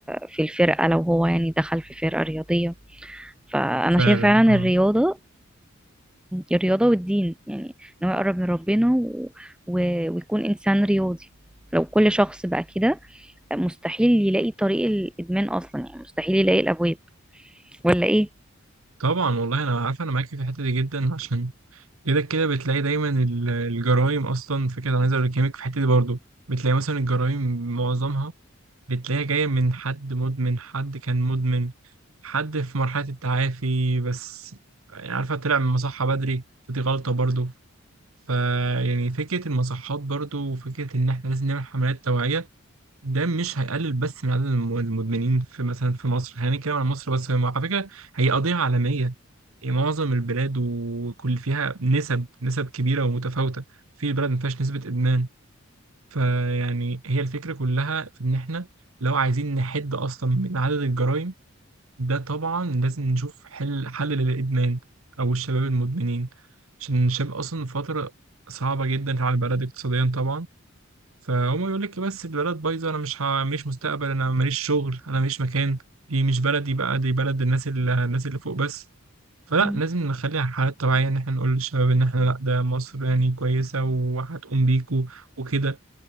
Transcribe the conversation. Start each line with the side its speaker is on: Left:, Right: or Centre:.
Centre: في الفرقة لو هو يعني دخل في فرقة رياضية فأنا
Right: فعلا
Centre: شايفة فعلا
Right: اه
Centre: الرياضة الرياضة والدين يعني إن هو يقرب من ربنا و... و... ويكون إنسان رياضي لو كل شخص بقى كده مستحيل يلاقي طريق الادمان اصلا يعني مستحيل يلاقي الابواب ولا ايه
Right: طبعا والله انا عارف انا معاكي في الحتة دي جدا عشان كده كده بتلاقي دايما الجرائم اصلا في كده انا عايز اقول لك في الحتة دي برضو بتلاقي مثلا الجرائم معظمها بتلاقيها جاية من حد مدمن حد كان مدمن حد في مرحلة التعافي بس يعني عارفة طلع من المصحة بدري فدي غلطة برضو فيعني فكرة المصحات برضو وفكرة إن إحنا لازم نعمل حملات توعية ده مش هيقلل بس من عدد الم- المدمنين في مثلا في مصر خلينا نتكلم عن مصر بس هي م- على فكرة هي قضية عالمية يعني معظم البلاد وكل فيها نسب نسب كبيرة ومتفاوتة في بلد ما فيهاش نسبة إدمان فيعني هي الفكرة كلها في إن إحنا لو عايزين نحد أصلا من عدد الجرائم ده طبعا لازم نشوف حل حل للإدمان أو الشباب المدمنين عشان الشباب أصلا في فترة صعبة جدا على البلد اقتصاديا طبعا فهم يقول لك بس البلد بايظة أنا مش ه... مش مستقبل أنا ماليش شغل أنا ماليش مكان دي مش بلدي بقى دي بلد الناس اللي الناس اللي فوق بس فلا
Centre: <laughs>
Right: لازم نخليها حالات طبيعية إن إحنا نقول للشباب إن إحنا لأ ده مصر يعني كويسة وهتقوم بيكوا وكده